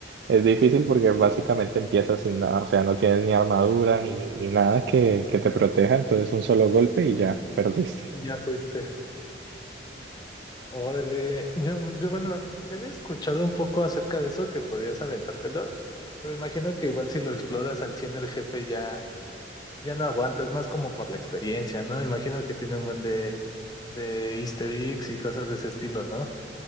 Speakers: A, on the right; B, on the left.
A: es difícil porque básicamente empiezas sin nada, o sea, no tienes ni armadura ni, ni, ni nada que, que te proteja, entonces un solo golpe y ya perdiste.
B: Y ya fuiste. Órale. Yo, yo, bueno, se había escuchado un poco acerca de eso, que podías aventártelo, pero imagino que igual si lo exploras al 100 el jefe ya, ya no aguanta, es más como por la experiencia, ¿no? Imagino que tiene un buen de, de easter eggs y cosas de ese estilo, ¿no?